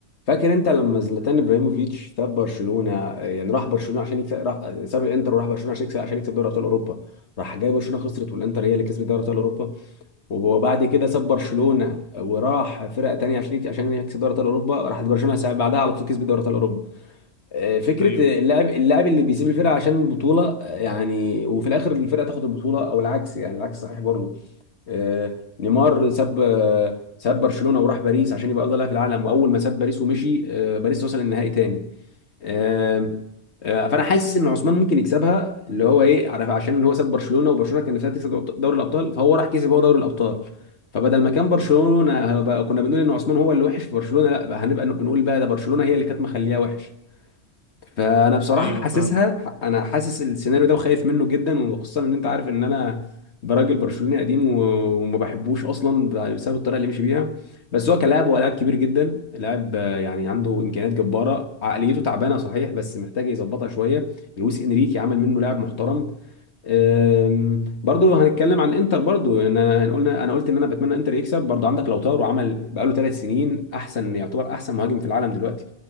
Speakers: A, on the left; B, on the right.
A: فاكر انت لما زلاتان ابراهيموفيتش ساب برشلونه يعني راح برشلونه عشان يكسب راح ساب الانتر وراح برشلونه عشان يكسب عشان يكسب دوري ابطال اوروبا راح جاي برشلونه خسرت والانتر هي اللي كسبت دوري ابطال اوروبا وبعد كده ساب برشلونه وراح فرقه تانيه عشان يك- عشان يكسب دوري ابطال اوروبا راحت برشلونه ساعة- بعدها على طول كسبت دوري ابطال اوروبا آه، فكره
B: ايوه
A: اللاعب اللاعب اللي بيسيب الفرقه عشان البطوله آه، يعني وفي الاخر الفرقه تاخد البطوله او العكس يعني العكس صحيح برضه آه، نيمار ساب آه، ساب برشلونه وراح باريس عشان يبقى افضل لاعب في العالم واول ما ساب باريس ومشي آه، باريس وصل النهائي تاني آه، آه، فانا حاسس ان عثمان ممكن يكسبها اللي هو ايه عارف عشان هو ساب برشلونه وبرشلونه كان نفسها تكسب دوري الابطال فهو راح كسب هو دوري الابطال فبدل ما كان برشلونه بقى- كنا بنقول ان عثمان هو اللي وحش في برشلونه لا بقى هنبقى بنقول بقى ده برشلونه هي اللي كانت مخليها وحش فانا بصراحه
B: ايوه
A: حاسسها
B: فاهمك
A: انا حاسس السيناريو ده وخايف منه جدا وخصوصا ان انت عارف ان انا براجل برشلوني قديم و- وما بحبوش اصلا بسبب الطريقه اللي مشي بيها بس هو كلاعب هو لاعب كبير جدا لاعب آه، يعني عنده امكانيات جباره عقليته تعبانه صحيح بس محتاج يظبطها شويه لويس انريكي عمل منه لاعب محترم أم، برضو هنتكلم عن انتر برضو ان انا قلنا انا قلت ان انا بتمنى انتر يكسب برضو عندك لوتارو عمل بقاله ثلاث سنين احسن يعتبر احسن مهاجم في العالم دلوقتي